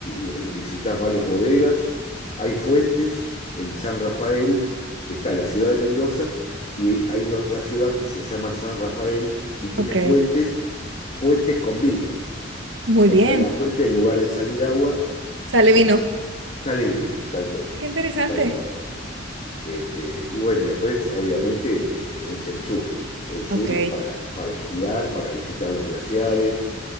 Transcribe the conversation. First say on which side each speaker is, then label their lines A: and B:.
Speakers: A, on the left; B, on the right.
A: y re- visitás varias bodegas. Hay fuentes en San Rafael, está la ciudad de Mendoza y hay una otra ciudad que se llama San Rafael y tiene
B: Ok,
A: fuentes, fuentes con vino.
B: muy
A: O
B: bien.
A: sea, de la fuente en lugar de salir agua,
B: Sale
A: el-
B: vino.
A: sale vino, tal cual,
B: Qué interesante.
A: tal cual. Este, y bueno, después obviamente tenés el sur. El sur
B: Ok,
A: para, para esquiar, para visitar los glaciares